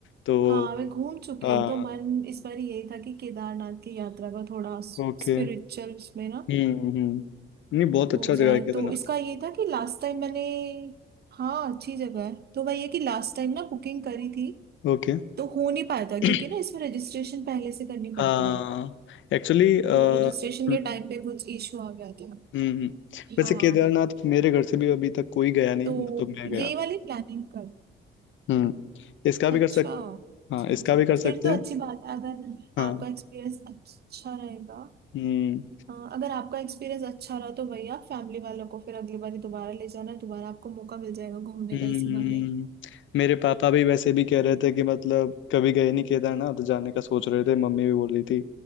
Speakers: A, on the left (about 75°); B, on the right (about 55°).
A: तो
B: हाँ मैं घूम चुकी
A: हाँ
B: हूँ तो मन इस बार यही था कि केदारनाथ की यात्रा का थोड़ा स्पिरिचुअल
A: ओके
B: उसमें ना
A: हम्म हम्म नहीं बहुत अच्छा
B: हो जाए
A: जगह है केदारनाथ
B: तो इसका ये था कि लास्ट टाइम मैंने हाँ अच्छी जगह है तो मैं ये कि लास्ट टाइम ना बुकिंग करी थी
A: ओके
B: तो हो नहीं पाया था
A: <clears throat>
B: क्योंकि ना इसमें रजिस्ट्रेशन पहले से करनी पड़ती
A: हाँ
B: है
A: एक्चुअली हम्म
B: तो रजिस्ट्रेशन के टाइम पे कुछ इशू आ गया था
A: हम्म, वैसे
B: हाँ
A: केदारनाथ मेरे घर से भी अभी तक कोई गया नहीं
B: तो
A: ना तो मैं गया
B: यही वाली प्लानिंग कर
A: हम्म इसका भी
B: अच्छा
A: कर सक
B: अच्छा
A: हाँ
B: अच्छा
A: इसका भी कर
B: फिर
A: सकते
B: तो
A: हैं
B: अच्छी बात है अगर
A: हाँ
B: आपका एक्सपीरियंस अच्छा रहेगा
A: हम्म
B: हाँ अगर आपका एक्सपीरियंस अच्छा रहा तो भैया फैमिली वालों को फिर अगली बारी दोबारा ले जाना दोबारा आपको मौका मिल जाएगा घूमने
A: हम्म
B: का इसी बहाने
A: मेरे पापा भी वैसे भी कह रहे थे कि मतलब कभी गए नहीं केदारनाथ तो जाने का सोच रहे थे मम्मी भी बोल रही थी